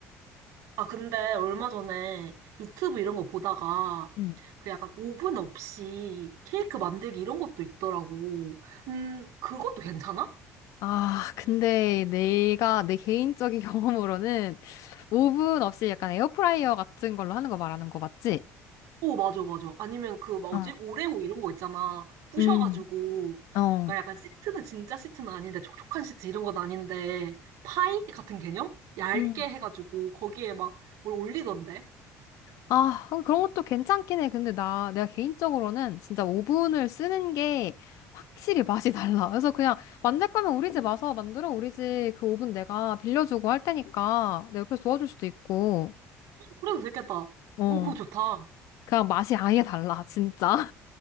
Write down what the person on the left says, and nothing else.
응.
아, 근데 내가, 내 개인적인 <laughs> 경험으로는, 오븐 없이 약간 에어프라이어 같은 걸로 하는 거 말하는 거 맞지?
어.
음. 어.
음.
아, 음, 그런 것도 괜찮긴 해. 근데 나, 내가 개인적으로는 진짜 오븐을 쓰는 게 확실히 맛이 달라. 그래서 그냥 만들 거면 우리 집 와서 만들어. 우리 집 그 오븐 내가 빌려주고 할 테니까 내 옆에서 도와줄 수도 있고.
어.
그냥 맛이 아예 달라, 진짜.